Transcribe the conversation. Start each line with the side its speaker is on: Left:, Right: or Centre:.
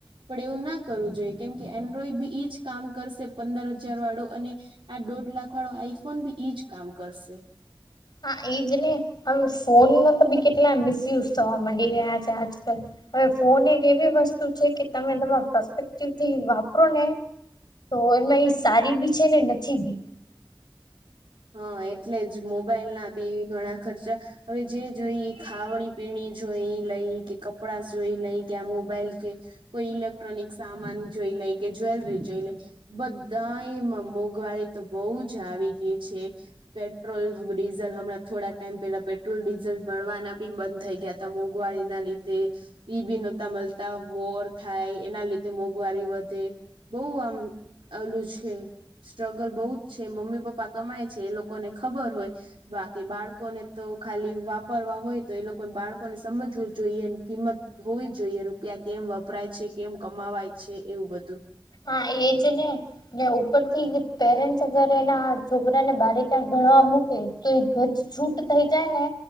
Right: પણ એવું ના કરવું જોઈએ કેમ કે એન્ડ્રોઈડ બી એઈજ કામ કરશે પંદર હજાર વાળો અને આ દોઢ લાખ વાળો આઈફોન બી ઈજ કામ કરશે.
Left: હા એ જ ને હવે ફોન ના તો બી કેટલા મિસયુઝ થવા માંડી રહ્યા છે આજકાલ. હવે ફોન એક એવી વસ્તુ છે કે તમે તમારા પસ્પેક્ટિવ થી વાપરો ને તો એમાં એ સારી બી છે ને નથી બી.
Right: હા એટલે જ મોબાઈલ ના બી ઘણા ખર્ચા હવે જે જોઈ ખાવણી પીણી જોઈ એ લઈ કે કપડા જોઈ લઈ કે આ મોબાઈલ કે કોઈ ઇલેક્ટ્રોનિક સામાન જોઈ લે કે જ્વેલરી જોઈ લઈ. બધા એમાં મોંઘવારી તો બો જ આવી ગઈ છે. પેટ્રોલ, ડીઝલ હમણાં થોડા ટાઈમ પેલા પેટ્રોલ ડીઝલ મળવાના બી બંધ થઈ ગયા. તો મોઘવારી ના લીધે ઈ બી નોતા મળતા વોર થાય એના લીધે મોંઘવારી વધે. બો આમ ઓલું છે સ્ટ્રગલ બો જ છે મમ્મી, પપ્પા કેતા કમાય છે એ લોકોને ખબર હોય બાકી બાળકોને તો ખાલી વાપરવા હોય તો એ લોકોને બાળકોને સમજવું જોઈએ ને કિંમત હોવી જ જોઈએ રૂપિયા કેમ વપરાય છે, કેમ કમાવાય છે એવું બધું.
Left: હા એજને ને ઉપરથી પેરેન્ટ્સ અગર એના છોકરાને બારે ક્યાં ભણવવા મૂકે તો એ ગજ છૂટ થઈ જાય ને